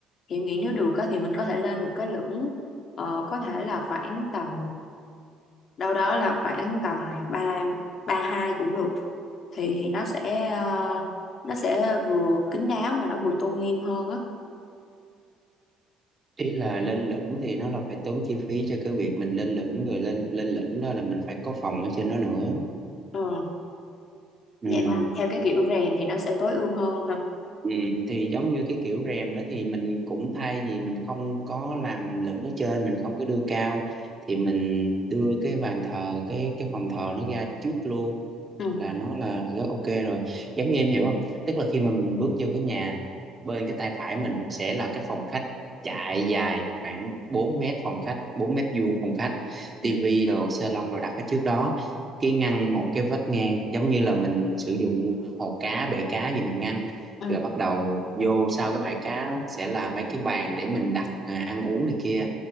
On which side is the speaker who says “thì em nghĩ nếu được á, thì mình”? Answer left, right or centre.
Left